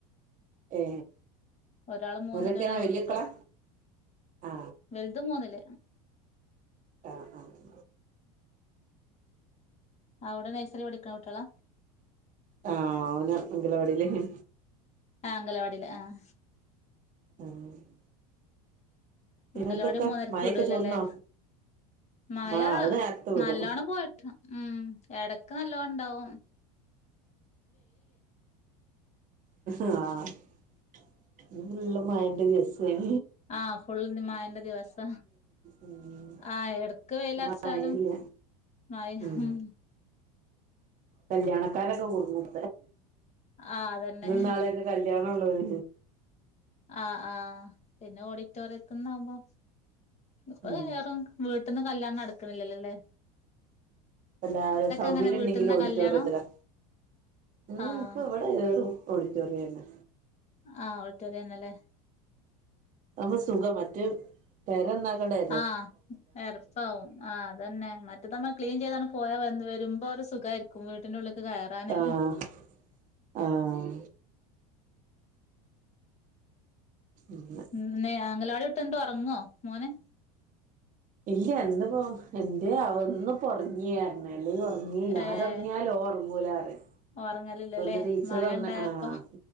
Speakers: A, on the right (about 40°); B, on the left (about 35°).
A: ഏ
B: ഒരാള് മൂന്നിലും
A: അവരൊക്കെനാ
B: ഒരാൾ
A: വല്യക്കളാ
B: ഒന്നിലു അ
A: ആ
B: വലുത് മൂന്നിൽ
A: ആഹ് ആഹ്
B: അവടെ നൈസറി പഠിക്കക്കണ കുട്ടികള
A: ആഹ് ഓന് അംഗലവാടിലെനി
B: ആഹ് അംഗലവാടിൽ ആഹ്
A: <unintelligible> പിന്നെന്തൊക്കാ
B: അംഗലവാടി മൂന്നരക്ക്
A: മഴയൊക്കെ
B: വിടോ ല്ലോല്ലേ
A: ചോർന്നോ
B: മയ
A: ആ അത് നേരത്തെ വിടും
B: നല്ലോണം പോയിട്ട് ഉം എടക്ക് നല്ലോം ഉണ്ടാവും
A: ആഹ് <unintelligible> മയന്റെ ദിവസേന
B: ആഹ് ഫുൾന്ന് മയന്റെ ദിവസം
A: ഉം
B: ആഹ് എടക്ക് വെയിലറ്ച്ചാലും
A: മഴയില്ല
B: മയ
A: ഉം
B: ഹും
A: കല്യാണക്കാരൊക്കെ കുടുങ്ങും
B: ആഹ് അതന്നെ
A: ഇന്നും നാളെയൊക്കെ കല്യാണം ഉള്ളോര്
B: ആഹ് ആഹ് പിന്നെ ഓഡിറ്റോറിയത്തിനിന്ന് ആകുമ്പോ ഇപ്പൊ
A: ഉം
B: കേറും വീട്ടിന്ന് കല്യാണം നടക്ക് ണില്ലല്ലോലേ
A: അല്ലാരും സൗകര്യം
B: അങ്ങനെ വീട്ടിന്ന
A: ഉണ്ടെങ്കിലും ഓഡിറ്റോറിയത്തിലാ
B: കല്യാണം
A: ഉം
B: ആഹ്
A: ഇപ്പ വ്ട് ഇപ്പൊ ഏറും ഓഡിറ്റോറിയന്നെ
B: ആ ഓഡിറ്റോറിയംന്നെ ലെ
A: അപ്പൊ സുഖ മറ്റെ പെര നന്നാക്കണ്ടേ
B: ആഹ് എരപ്പാവും ആഹ് അതന്നെ മറ്റേത് നമ്മൾ ക്ലീൻ ചെയ്താണ് പോയാ വന്ന് വരുമ്പോ ഒരു സുഖായിരിക്കും വീട്ടിന്റെ ഉള്ളിക്ക് കയറാന്
A: ആഹ് ആഹ് ഉ
B: ഇന്ന് അങ്കലാടി വിട്ടി വന്നിട്ട് ഉറങ്ങോ മോന്
A: ഇല്ല ഇന്ന് പ്പോ എൻന്തേ ആവോ ഇന്ന് പ്പോ ഉറങ്ങി പറഞ് ഇല്ലകിൽ ഉറങ്ങ <unintelligible>
B: ഏഹ്
A: ആര് ഉറങ്ങിയാലും ഓന് ഉറങ്ങൂല പറയും
B: ഒറങ്ങലില്ലല്ലേ
A: പ്പന്ന് ടീച്ചർ
B: മഴ
A: പറഞ്ഞ്
B: ഇണ്ടായപ്പോ
A: ആഹ്